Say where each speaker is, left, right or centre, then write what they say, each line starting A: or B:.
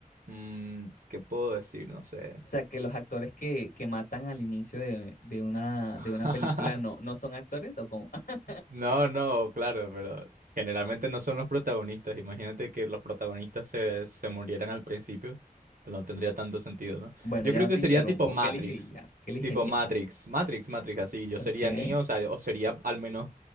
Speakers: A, on the right; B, on the left.
A: mm, ¿qué puedo decir? No sé.
B: O sea, que los actores que, que matan al inicio de, de una,
A: <laughs>
B: de una película no, no son actores o como... <laughs>
A: No, no, claro, pero generalmente no son los protagonistas. Imagínate que los protagonistas se, se murieran al principio, pues no tendría tanto sentido, ¿no?
B: Bueno,
A: Yo
B: ya
A: creo
B: no
A: que
B: te interrumpo.
A: sería tipo Matrix,
B: ¿Qué elegirías? ¿Qué elegirías?
A: tipo Matrix, Matrix, Matrix, así. Yo
B: Ok.
A: sería Neo, o sea, o sería al menos